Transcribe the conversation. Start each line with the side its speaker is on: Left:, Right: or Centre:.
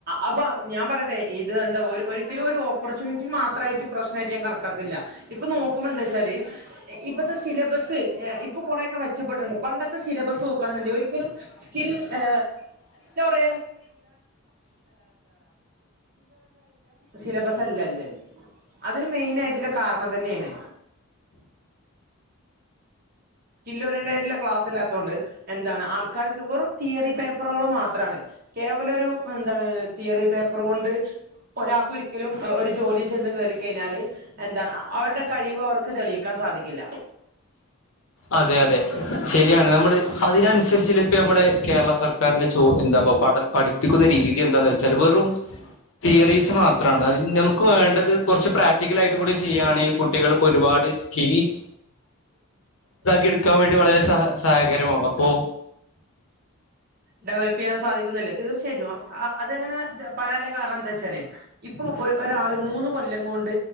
Right: അപ്പൊ ഞാൻ പറയട്ടെ ഇത് എന്താ ഒരിക്കലും ഒരു ഓപ്പർച്യൂണിറ്റി മാത്രം പ്രശ്നായിട്ട് ഞാൻ കണക്കാക്കില്ല ഇപ്പൊ നോക്കുമ്പോ എന്താ വെച്ചാല് ഇപ്പഴത്തെ സിലബസ് ഇപ്പൊ കുറൊക്കെ മെച്ചപ്പെട്ടിട്ടുണ്ട് പണ്ടത്തെ സിലബസ് നോക്കാണെന്നുണ്ടെങ്കി ഒരിക്കലും സ്കിൽ ഏ <unintelligible> <unintelligible> സിലബസ് അല്ലല്ല അതൊരു മെയിന ആയിട്ടുള്ള കാരണം അതന്നെയാണ് സ്കിൽ വരേണ്ടതായിട്ടുള്ള ക്ലാസ് അല്ലാത്തുകൊണ്ട് എന്താണ് ആൾക്കാർക്ക് വെറും തിയറി പേപ്പ പേപ്പറുകൾ മാത്രാണ്. കേവല ഒരു എന്താണ് തിയറി പേപ്പർ കൊണ്ട് ഒരാൾക്ക ഒരിക്കലും ഒരു ജോലി ചെന്ന് കേറി കഴിഞ്ഞാല് എന്താണ് അവരുടെ കഴിവ് അവർക്ക് തെളിക്കാൻ സാധിക്കില്ല.
Left: അതെ അതെ ശരിയാണ് നമ്മള് അതിനനുസരിച്ച ഇപ്പ നമ്മുടെ കേരള സർക്കാ ന്റെ ചോ എന്താപ്പ പഠ പഠിപ്പിക്കുന്ന രീതി എന്താന്ന് വെച്ചാൽ വെറും തിയറീസ് മാത്രാണ് അത് നമുക്ക് വേണ്ടത് കൊർച്ച് പ്രാക്ടിക്കല ആയിട്ട് കൂടി ചെയ്യുകയാണെങ്കിൽ കുട്ടികൾക്ക് ഒരുപാട് സ്കിൽസ്
Right: <inaudible>
Left: ഇതാക്കി എടുക്കാൻ വേണ്ടി വളരെ സഹ സഹകരയമാവും അപ്പൊ
Right: ഡെവലപ്പ് ചെയ്യാൻ സാധിക്കുന്നില്ലേ തീർച്ചയായിട്ടും അതെങ്ങനെ പറാൻ ള്ള കാരണം എന്താ ശരി ഇപ്പൊ ഒര് ഒരാള് മൂന്ന് കൊല്ലം കൊണ്ട്